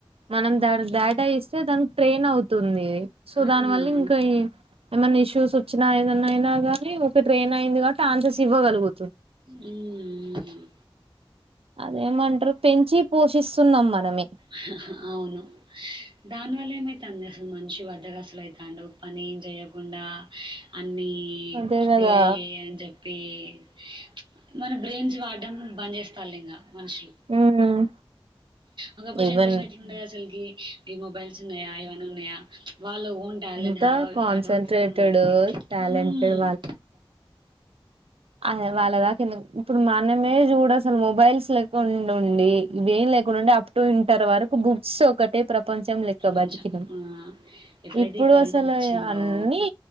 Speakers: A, on the right; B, on the right.
A: మనం దానికి డేటా ఇస్తే దానికి ట్రైన్ అవుతుంది సో
B: ఆ
A: దాని
B: అవునా
A: వల్ల ఇంకా ఎ ఏమన్నా ఇష్యూ స్ చూసి వచ్చినా ఏదన్నాయినా కానీ ఒక ట్రైన్ అయింది కాబట్టి ఆన్సర్స్ ఇవ్వగలుగు
B: హ్మ్
A: అదేమంటారు పెంచి పోషిస్తున్నాం మనమే
B: హా హా అవును దానివల్ల ఏమైతంది తెల్సా మనిషి వల అ అసలు అయితండు పని ఏం చేయకుండా అ దీ
A: అదే కదా
B: ఎ ఐ ఎ ఐ అని చెప్పి ఏ మన బ్రెయిన్స్ వాడం బంద్ చేస్త తల్లింగా మనుషులు
A: ఉమ్
B: ఒకప్పుడు
A: ఈవెన్
B: జనరేషన్ ఎట్లుండే అసలకి ఈ మొబైల్స్ ఉన్నాయా ఏవన్న ఉన్నాయా వాళ్ళ ఓన్ టాలెంట్
A: అంతా
B: హవా
A: కాన్సన్ట్రేటెడ్
B: హార్డ్ వర్క్స్ తోనీ ఉండేది
A: టాలెంటెడ్
B: హ్మ్
A: అదే వాళ్ళ దాకా ఎందుకు ఇప్పుడు మనమే చూడ అసలు మొబైల్స్ లేకుండా ఉండి ఇవేం లేకుండా ఉండే అప్ టు ఇంటర్ వరకు బుక్స్ ఒకటే ప్రపంచం లెక్క
B: ప్రపంచం
A: బతికినం
B: ఆ ఎప్పుడైతే
A: ఇప్పుడు
B: ఈ కరోనా
A: అసలు
B: వచ్చిందో
A: అన్నీ